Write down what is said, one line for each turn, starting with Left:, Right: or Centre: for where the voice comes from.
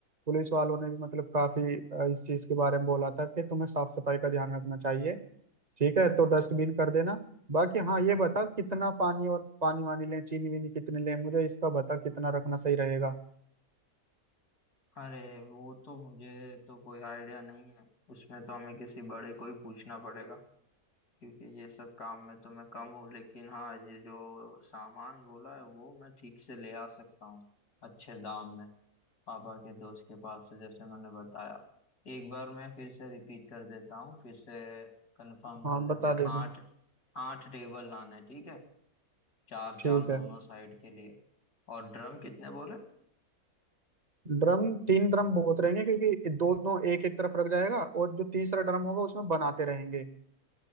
Right: पुलिस वालों ने भी मतलब काफी अ, इस चीज के बारे में बोला था कि तुम्हें साफ सफाई का ध्यान रखना चाहिए ठीक है तो डस्टबिन कर देना बाकी हाँ ये बता कितना पानी और पानी वानी लें चीनी वीनी कितनी लें मुझे इसका बता कितना रखना सही रहेगा
Left: अरे वो तो मुझे तो कोई आइडिया नहीं है उसमें तो हमें किसी बड़े को ही पूछना पड़ेगा क्योंकि ये सब काम में तो मैं कम हूँ लेकिन हाँ ये जो सामान बोला है वो मैं ठीक से ले आ सकता हूँ अच्छे दाम में पापा के दोस्त के पास से जैसे मैंने बताया एक बार मैं फिर से रिपीट कर देता हूँ फिर से कंफर्म
Right: हाँ
Left: कर
Right: बता
Left: लेते हैं
Right: देना
Left: आठ आठ टेबल लाना है ठीक है चार
Right: ठीक
Left: चार दोनों
Right: है
Left: साइड के लिए और ड्रम कितने बोले
Right: ड्रम तीन ड्रम बहुत रहेंगे क्योंकि दोनों एक एक तरफ रख जाएगा और जो तीसरा ड्रम होगा उसमें बनाते रहेंगे